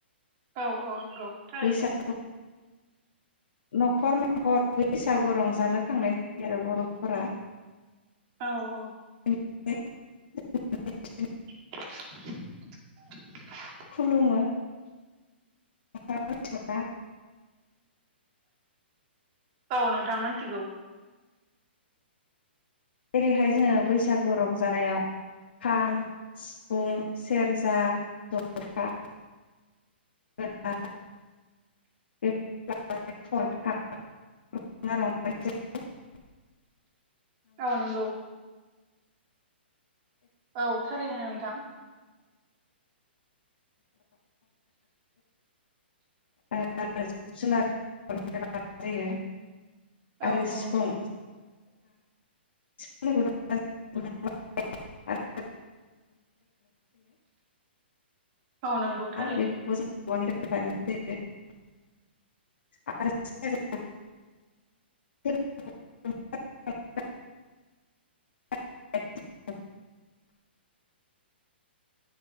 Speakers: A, on the right; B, on the left.
A: औ औ नंगौ थारैनो
B: बैसाग न'खर न'खर बैसागु रंजानो थांनाय जायो आरो बर'फोरा
A: औ औ
B: <unintelligible>
A: <inaudible>
B: खुलुमो <unintelligible>
A: औ नोंथां मोनथिगौ।
B: जेरैहाय जोङो बैसागु रंजानायाव खाम सिफुं सेरजा जथा। <unintelligible>
A: आ नंगौ। औ थारैनो नोंथां
B: <unintelligible> आरो
A: औ
B: सिफुं
A: औ नंगौ
B: <unintelligible> आरो
A: औ नंगौ थारैनो
B: बेखौबो <unintelligible> <unintelligible>